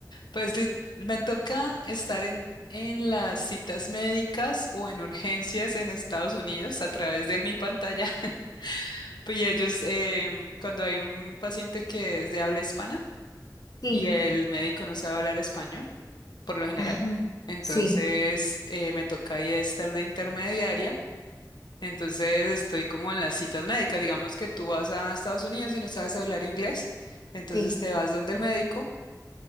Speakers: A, on the left; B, on the left.
A: Pues li- me toca estar en, en las citas médicas o en urgencias en Estados Unidos a través de mi pantalla. <laughs> Pues, Y ellos, em, cuando hay un paciente que es de habla hispana
B: Sí,
A: y el médico no sabe hablar español, por lo general,
B: ajá,
A: entonces
B: sí,
A: eh, me toca ahí estar de intermediaria. Entonces estoy como en las citas médicas. Digamos que tú vas a Estados Unidos y no sabes hablar inglés, entonces
B: sí.
A: te vas donde el médico.